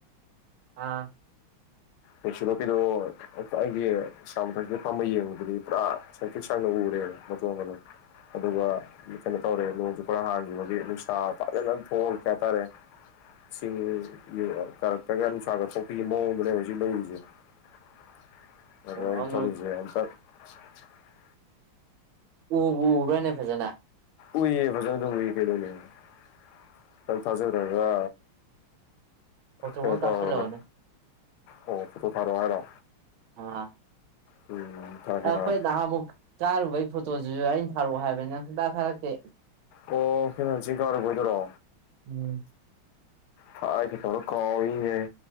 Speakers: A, on the right; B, on the left.
A: ꯑꯥ
B: ꯀꯩꯁꯨꯂꯣꯄꯤꯗꯣ ꯑꯩꯒꯤ ꯏꯁꯥ ꯃꯊꯛꯁꯤꯗ ꯐꯝꯃꯒ ꯌꯦꯡꯕꯗꯗꯤ ꯄꯨꯔꯥ ꯁꯡꯇ꯭ꯔꯤꯛ ꯁꯡꯅ ꯎꯔꯦ ꯃꯗꯨ ꯃ <unintelligible> ꯑꯗꯨꯒ ꯀꯩꯅꯣ ꯇꯧꯔꯦ ꯅꯣꯡꯁꯨ ꯈꯔ ꯍꯥꯡꯈꯤꯕꯒꯤ ꯅꯨꯡꯁꯥ ꯐꯖꯅ ꯊꯣꯛꯑꯒ ꯀꯔꯤ ꯍꯥꯏꯇꯥꯔꯦ ꯆꯤꯡ ꯀꯥꯔꯛꯇꯒ ꯅꯨꯡꯁꯥꯒꯊꯣꯛꯄꯤꯒꯤ ꯃꯑꯣꯡꯗꯨꯅꯦ ꯍꯧꯖꯤꯛ <unintelligible>
A: ꯑꯣ ꯎ ꯎꯕ꯭ꯔꯥꯅꯦ ꯐꯖꯅ
B: ꯎꯏ ꯐꯁꯟꯗ ꯎꯏ ꯀꯗꯣ ꯂꯩ <unintelligible> ꯅꯪ ꯊꯥꯖꯗ꯭ꯔꯒ
A: ꯐꯣꯇꯣ
B: ꯀꯩꯅꯣ
A: ꯑꯃ ꯀꯞꯁꯤꯟ
B: ꯇꯧꯔꯒꯅꯦ
A: ꯂꯛꯑꯎꯅꯦ
B: ꯑꯣ ꯐꯣꯇꯣ ꯊꯥꯔꯛꯑꯣ ꯍꯥꯔꯤꯔꯣ
A: ꯑꯥ
B: ꯎꯝ ꯊꯥꯔꯛꯀꯦ
A: ꯑꯩꯈꯣꯏ
B: ꯊꯥꯔꯛꯀꯦ
A: ꯅꯍꯥꯟꯃꯨꯛ ꯆꯥꯔꯨꯕꯒꯤ ꯐꯣꯇꯣꯗꯨꯁꯨ ꯑꯩꯅ ꯊꯥꯔꯛꯑꯣ ꯍꯥꯏꯕꯅꯤ ꯅꯪ ꯁꯨꯛꯊꯥ ꯊꯥꯔꯛꯇꯦ
B: ꯑꯣ ꯑꯈꯣꯏꯅ ꯆꯤꯡ ꯀꯥꯔꯨꯕꯒꯤꯗꯨꯔꯣ
A: ꯎꯝ
B: ꯊꯥꯔꯛꯀꯦ ꯇꯧꯔ ꯀꯥꯎꯔꯤꯅꯤꯅꯍꯦ